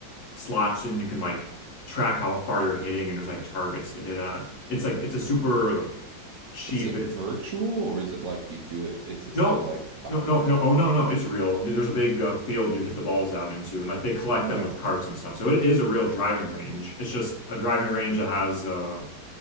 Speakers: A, on the left; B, on the right.
A: slots and you can like track how far you're hitting and there's like targets to hit at. It's like it's a super like cheap.
B: Is it
A: It,
B: virtual or is it like you do it? Is it
A: no,
B: still like top?
A: no, no,
B: Okay.
A: no. Oh no, no, it's real. There's a big uh, field you hit the balls out into and like they collect
B: Huh.
A: them with carts and stuff. So it is a real driving range. It's just a driving range that has uh